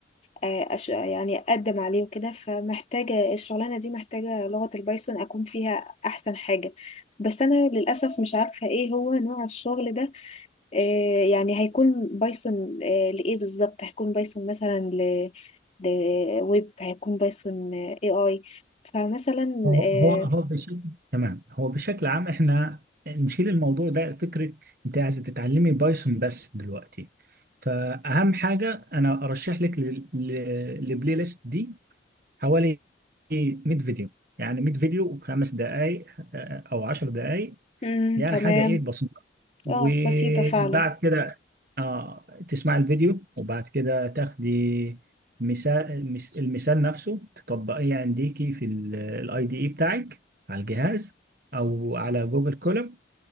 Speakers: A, on the left; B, on the right.
A: آه، أش... يعني اقدم عليه وكده فمحتاجة الشغلانة دي محتاجة لغة البايثون اكون فيها احسن حاجة بس انا للاسف مش عارفة ايه هو نوع الشغل ده آه، يعني هيكون بايثون آه، لايه بالظبط هيكون بايثون مثلا ل لويب هيكون بايثون اي اي فمثلا
B: هو
A: آه،
B: هو هو بشكل تمام هو بشكل عام احنا نشيل الموضوع ده فكره انت عايزه تتعلمي بايثون بس دلوقتي فاهم حاجه انا ارشح لك لل- لل- للبلاي ليست دي حوالي 100 فيديو يعني 100 فيديو وخمس دقائق او 10 دقائق
A: مم،
B: يعني
A: تمام
B: حاجة إيه بسيطة وبعد
A: اه بسيطة فعلا
B: كده آه تسمع الفيديو وبعد كده تاخدي مثال مس- المثال نفسه تطبقيه يعني عنديكي في الاي دي اي بتاعك على الجهاز أو على جوجل كولاب